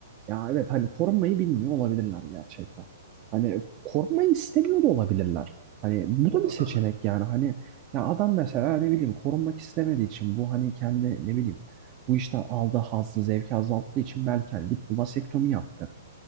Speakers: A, on the right (about 30°); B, on the right (about 75°).
A: Ya evet hani korunmayı bilmiyor olabilirler gerçekten. Hani korunmayı istemiyor da olabilirler. Hani bu da
B: O
A: bir seçenek
B: da var.
A: yani hani ya adam mesela ne bileyim korunmak istemediği için bu hani kendi ne bileyim bu işten aldığı hazzı zevki azalttığı için belki hani gitti vasektomi yaptı.